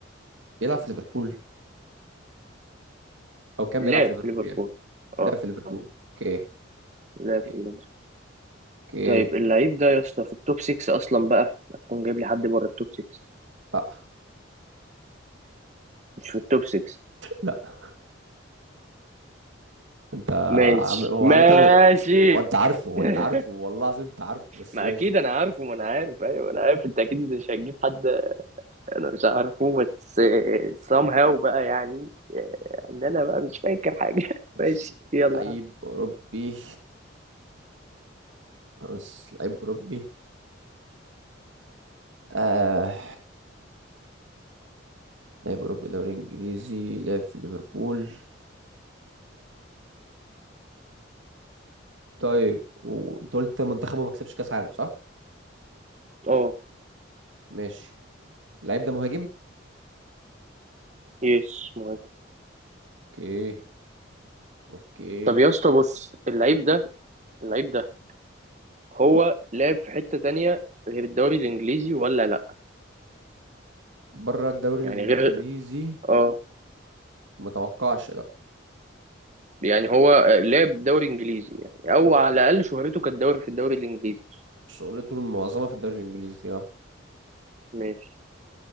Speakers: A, on the right; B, on the right.
A: بيلعب في ليفربول او كان
B: لعب
A: بيلعب في ليفربول
B: في ليفربول
A: يعني
B: اه
A: لعب في ليفربول
B: آه.
A: اوكي
B: لعب
A: اوكي
B: في ليفربول
A: اوكي
B: طيب اللعيب ده يا اسطى في التوب 6 أصلا بقى هتكون جايب لي حد بره التوب 6
A: لا <laughs>
B: مش في التوب 6
A: لا انت
B: ماشي
A: عم... هو
B: ماشي
A: عامة هو انت عارفه هو
B: <laughs>
A: انت عارفه والله العظيم انت عارفه بس
B: ما
A: ماشي
B: اكيد انا عارفه ما انا عارف ايوه انا عارف انت اكيد مش هتجيب حد انا مش عارفه بس آه، somehow بقى يعني آه، ان انا بقى مش فاكر حاجه <laughs>
A: ماشي
B: ماشي يلا
A: لعيب
B: يا عم
A: أوروبي بص لعيب أوروبي آه لعيب أوروبي دوري إنجليزي لعب في ليفربول طيب وأنت قلت منتخبه ما كسبش كأس عالم صح؟
B: اه
A: ماشي اللعيب ده مهاجم؟
B: يس مهم
A: أوكي أوكي
B: طب يا اسطى بص اللعيب ده اللعيب ده هو لعب في حتة تانية غير الدوري الانجليزي ولا لا
A: بره الدوري
B: يعني
A: الإنجليزي
B: غير اه
A: ما توقعش لا
B: يعني هو لعب دوري انجليزي يعني او على الاقل شهرته كانت دوري في الدوري الانجليزي
A: شغلته المعظمة في الدوري الإنجليزي اه
B: ماشي